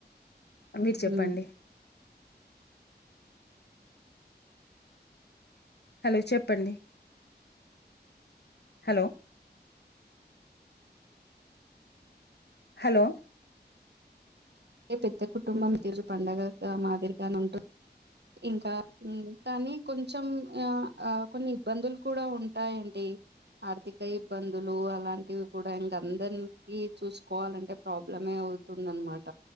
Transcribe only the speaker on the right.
మీ
అదే పెద్ద కుటుంబం తీరు పండుగగా మాదిరిగానుంటుంది ఇంకా కానీ కొంచెం ఆ ఆ కొన్ని ఇబ్బందులు కూడా ఉంటాయండి ఆర్థిక ఇబ్బందులు అలాంటివి కూడా ఇంకా అందరికి చూసుకోవాలంటే ప్రాబ్లమ వుతుందనమాట